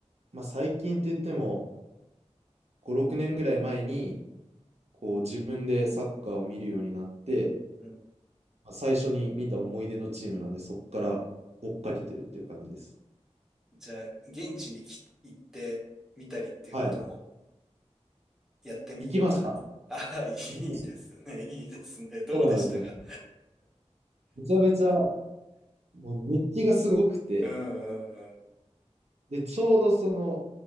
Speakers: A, on the right; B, in the centre.
A: まあ、最近って言っても5、6年ぐらい前にこう自分でサッカーを見るようになって、
B: うん。
A: まあ、最初に見た思い出のチームなんで、そこから追っかけてるっていう感じです。
B: じゃあ、現地にき行ってみたりっていうことも
A: はい。
B: やってみた。
A: 行きました。
B: <laughs> ああ、いいですね、
A: 行きました。
B: いいですね。どうでしたか
A: そうなんですよ。めちゃめちゃ、もう熱気がすごくて、
B: <laughs> うん、<laughs> うん、
A: で、ちょうどその、